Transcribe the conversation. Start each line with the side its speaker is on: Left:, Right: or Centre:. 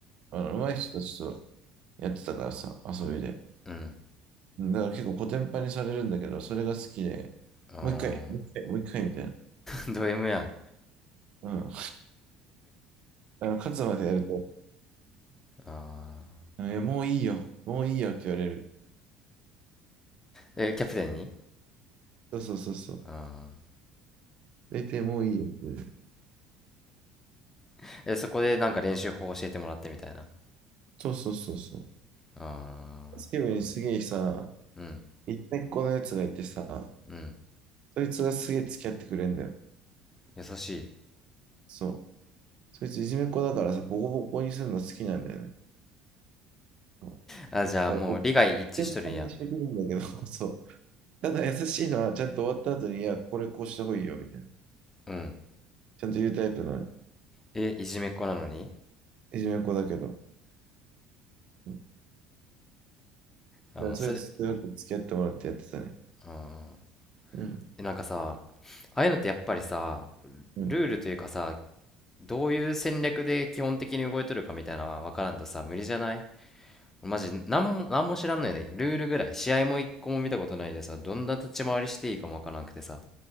Right: あの、上手い人たちとやってたからさ、遊びで。
Left: うん、
Right: うんだから結構コテンパンにされるんだけど、それが好きで、
Left: あ
Right: もう一回、もう一回、もう一回みたいな。
Left: あ、<laughs> ド M やん。
Right: うん。あの、勝つまでやると、
Left: ああ、
Right: うんいや、もういいよ、もういいよって言われる。
Left: え、キャプテンに
Right: そうそうそうそう。
Left: あ
Right: 出てもういいよって言われる。
Left: あえ、そこでなんか練習法教えてもらってみたいな。
Right: そうそうそうそう。
Left: ああ、
Right: スケブにすげえさ、
Left: うん、
Right: 一回このやつがいてさ、
Left: うん、
Right: そいつがすげえ付き合ってくれんだよ。
Left: 優しい。
Right: そう。そいついじめっ子だからさ、ボコボコにするの好きなんだよね。そうだ
Left: あ、じゃあもう利害一致しとるんや。
Right: から僕、全般にしてくるんだけど、<laughs> そう。ただ優しいのは、ちゃんと終わった後に、いや、これこうした方がいいよ、みたいな。
Left: うん。
Right: ちゃんと言うタイプの
Left: え、いじめっ子なのに
Right: いじめっ子だけど。うん
Left: あ、
Right: だからそいつとよく付き合ってもらってやってたね。
Left: もうそれ、あー
Right: うん。
Left: えなんかさ、ああいうのってやっぱりさ、
Right: うん。
Left: ルールというかさ、どういう戦略で基本的に動いとるかみたいなのは分からんとさ、無理じゃないマジ、なんも、なんも知らんのよね。ルールぐらい。試合も一個も見たことないでさ、どんな立ち回りしていいかも分からなくてさ。